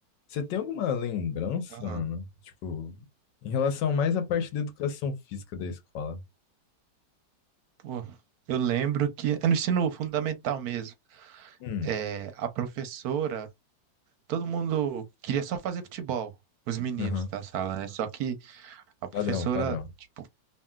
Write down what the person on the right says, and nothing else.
Aham.
Pô, eu lembro que é no ensino fundamental mesmo.
É, a professora, todo mundo queria só fazer futebol, os meninos
da sala, né? Só que a professora,
tipo,